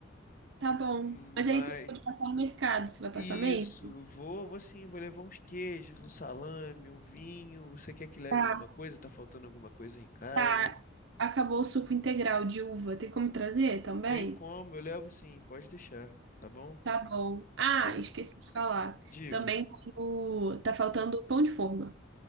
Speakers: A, on the right; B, on the left.
A: Tá
B: Mas
A: bom. Mas aí você ficou de passar no mercado, você vai
B: isso,
A: passar meio?
B: vou, vou sim, vou levar uns queijos, um salame, um vinho. Você quer que leve
A: Tá.
B: alguma coisa? Tá faltando alguma coisa em casa?
A: Tá. Acabou o suco integral de uva. Tem como trazer também?
B: Tem como, eu levo sim, pode deixar, tá bom?
A: Tá bom. Ah,
B: Então,
A: esqueci de falar.
B: diga.
A: Também tem o... tá faltando o pão de forma.